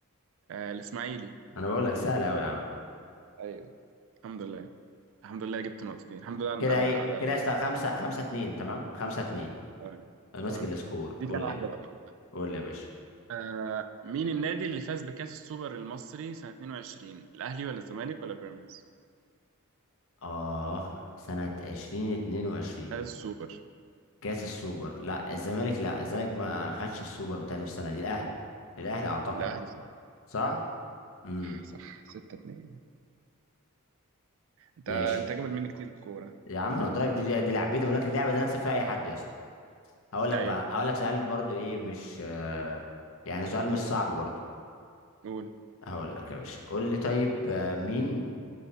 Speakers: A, on the right; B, on the left.
A: آه الاسماعيلي
B: انا بقول لك سهل قوي يا عم
A: ايوه الحمد لله الحمد لله جبت نقطتين الحمد لله على
B: كده ايه
A: على
B: كده
A: ال...
B: يا اسطى؟ خمسة خمسة اتنين تمام خمسة اتنين
A: تمام
B: انا ماسك
A: تمام
B: السكور
A: دي
B: قول
A: كان
B: لي
A: واحده بقى
B: قول لي يا باشا
A: آه مين النادي اللي فاز بكاس السوبر المصري سنه 22 الاهلي ولا الزمالك ولا بيراميدز
B: اه سنة عشرين اتنين وعشرين
A: فاز السوبر
B: كاس السوبر لا الزمالك لا
A: نعم.
B: الزمالك ما خدش السوبر بتاعي في السنة دي الاهلي الاهلي اعتقد
A: الاهلي صح
B: صح امم
A: صح 6 2 انت
B: ماشي
A: انت جامد مني كتير في الكوره
B: يا عم انا قلت لك دي دي لعبتي اقول لك اللعبه دي انا اكسب فيها اي حد يا اسطى هقول لك
A: ايوه
B: بقى هقول لك سؤال برضو ايه مش آه، يعني سؤال مش صعب برضو
A: قول ايه
B: هقول لك يا باشا قول لي طيب آه، مين